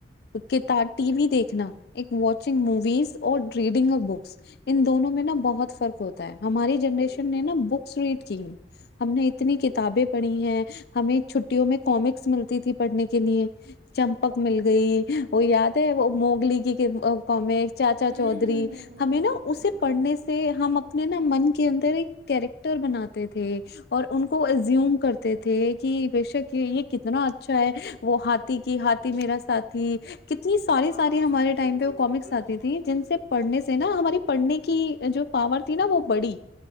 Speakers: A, on the left; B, on the right.
A: کتا ٹی وی دیکھنا ایک واچنگ موویز اور ریڈنگ آف بکس ان دونوں
B: ہ
A: میں نا بہت فرق ہوتا ہے ہماری جنریشن
B: بالکل
A: نے نا بکس ریڈ کی ہے ہم نے اتنی کتابیں پڑھی ہیں ہمیں چھٹیوں میں کامکس ملتی تھی پڑھنے کے لیے چمپک مل گئی وہ یاد ہے وہ موگلی کی کامکس چاچا
B: ہوں
A: چودھری
B: ہوں ہوں ہوں
A: ہمیں نا اسے
B: بالکل
A: پڑھنے سے ہم اپنے نا من کے اندر ایک کیریکٹر بناتے تھے اور ان کو ازوم
B: ہ
A: کرتے تھے کہ کہ بے شک یہ یہ کتنا اچھا ہے وہ ہاتھی کی ہاتھی میرا ساتھی کتنی ساری
B: ہاں
A: ساری ہمارے ٹائم
B: بالکل
A: پہ وہ کامکس
B: بالکل
A: آتی تھیں جن سے پڑھنے سے نا ہماری پڑھنے کی جو پاور تھی نا وہ بڑی